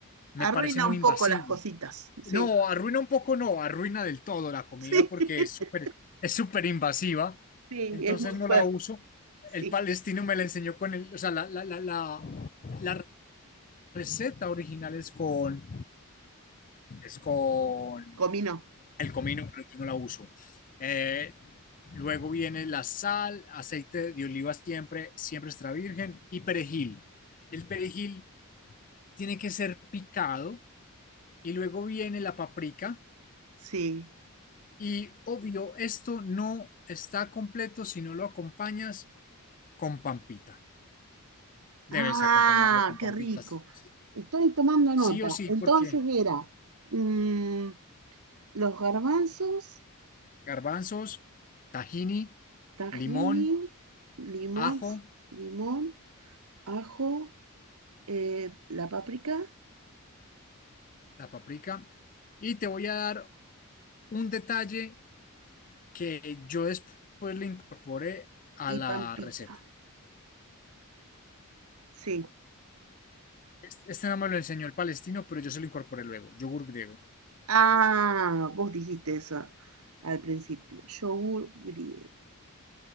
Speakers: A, on the left; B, on the right.
A: me
B: Arruina
A: parece muy
B: un
A: invasivo.
B: poco las cositas, sí.
A: No, arruina un poco, no, arruina del todo la comida
B: Sí,
A: porque
B: <laughs>
A: es súper, es súper invasiva.
B: sí,
A: Entonces
B: es muy fuerte,
A: no la uso. El
B: sí.
A: palestino me la enseñó con el, o sea, la, la, la, la, la receta original es con es con
B: Comino,
A: el comino, pero yo no la uso. Eh, luego viene la sal, aceite de oliva siempre, siempre extra virgen y perejil. El perejil tiene que ser picado y luego viene la paprika
B: Sí.
A: y obvio, esto no está completo si no lo acompañas con pampita. Debes
B: Ah,
A: acompañarlo con pampitas.
B: qué rico.
A: Sí sí,
B: Estoy tomando
A: sí
B: nota.
A: o sí,
B: Entonces
A: porque
B: era mm, los garbanzos,
A: garbanzos, tahini,
B: tahini,
A: limón,
B: limón,
A: ajo,
B: limón, ajo, eh, la páprica
A: la paprika. Y te voy a dar un detalle que yo después le incorporé a
B: y
A: la
B: pampita.
A: receta.
B: Sí.
A: Este este no me lo enseñó el palestino, pero yo se lo incorporé luego, yogur griego.
B: Ah, vos dijiste eso al principio. Yogur griego.